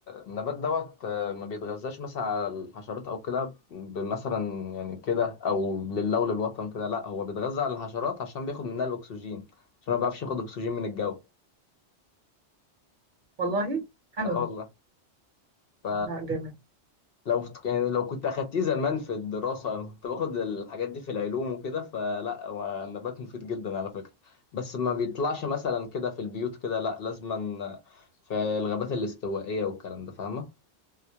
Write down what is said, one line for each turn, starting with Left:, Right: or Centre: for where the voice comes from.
Left: النبات دوت آه، ما بيتغذاش مثلا على الحشرات او كده ب- مثلا يعني كده او لله وللوطن كده لا هو بيتغذى على الحشرات عشان بياخد منها الاكسجين عشان ما بيعرفش ياخد اكسجين من الجو
Right: <laughs> والله حلو
Left: لا
Right: ده
Left: والله ف
Right: لا جامد
Left: لو يعني لو كنت اخدتيه زمان في الدراسه انا كنت باخد الحاجات دي في العلوم وكده فلا هو النبات مفيد جدا على فكره بس ما بيطلعش مثلا كده في البيوت كده لا لازما في الغابات الاستوائيه والكلام ده فاهمه